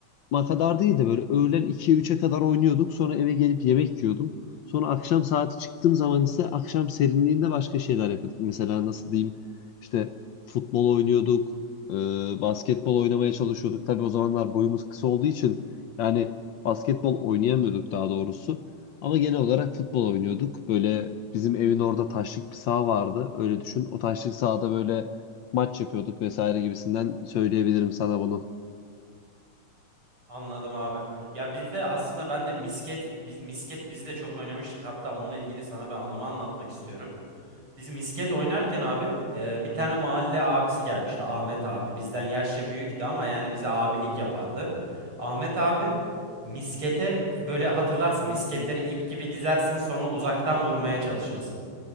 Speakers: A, on the left; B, on the right.
A: Ma kadar değil de böyle öğlen 2'ye üçe kadar oynuyorduk. Sonra eve gelip yemek yiyordum. Sonra akşam saati çıktığım zaman ise akşam serinliğinde başka şeyler yapıyorduk. Mesela nasıl diyeyim işte futbol oynuyorduk, e, basketbol oynamaya çalışıyorduk. Tabii o zamanlar boyumuz kısa olduğu için yani basketbol oynayamıyorduk daha doğrusu. Ama genel olarak futbol oynuyorduk. Böyle bizim evin orada taşlık bir saha vardı. Öyle düşün. O taşlık sahada böyle maç yapıyorduk vesaire gibisinden söyleyebilirim sana bunu.
B: Anladım abi. Ya biz de aslında ben de misket biz, misket biz de çok oynamıştık. Hatta onunla ilgili sana bir anımı anlatmak istiyorum. Biz misket oynarken abi e, bir tane mahalle abisi gelmişti Ahmet abi. Bizden yaşça büyüktü ama yani bize abilik yapardı. Ahmet abi miskete e, böyle hatırlarsın misketleri ip gibi dizersin sonra uzaktan vurmaya çalışırsın.